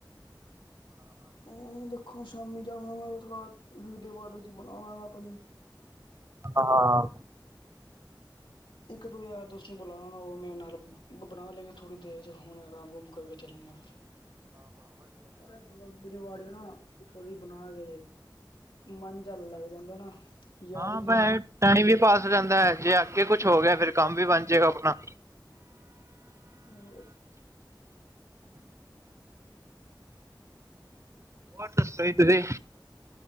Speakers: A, on the left; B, on the right.
A: ਹਾਂ ਦੇਖਾਂ ਸ਼ਾਮੀ ਜਾਵਗਾ ਵੀਡੀਓ-ਵੱਡਿਓ ਜੀ ਬਣਾਵਾਂਗਾ ਆਪਣੀ
B: ਹਾਂ-ਹਾਂ
A: ਇੱਕ-ਦੋ ਯਾਰ ਦੋਸਤ ਨੂੰ ਬੁਲਾਵਾਂਗਾ ਓ ਮੇਰੇ ਨਾਲ ਬਣਾ ਲੈਂਗੇ ਥੋੜ੍ਹੀ ਦੇਰ ਚ' ਹੁਨ ਆਰਾਮ-ਰੂਮ ਕਰਕੇ ਚੱਲਣੇ ਆ
B: ਹ
A: ਫਿਰ
B: <inaudible>
A: ਅਰੇ <unintelligible> ਆਪਾਂ ਵੀਡੀਓ-ਵਾਡੀਓ ਨਾ ਥੋੜੀ ਬਣਾ ਕੇ ਮਨ ਜਾਂ ਲੱਗ ਜਾਂਦਾ ਨਾ। ਯਾਦਗਿਰੀ
B: ਹਾਂ ਭੈ ਟਾਈਮੀ ਵੀ ਪਾਸ ਹੋ ਜਾਂਦਾ ਆ ਜੇ ਅ ਕੇ ਕੁਛ ਹੋ ਗਿਆ ਫੇਰ ਕੰਮ ਵੀ ਬਣ ਜੇਗਾ ਆਪਨਾ
A: ਹੋਰ
B: ਹੋਰ ਦੱਸੋ ਜੀ ਤੁਸੀਂ।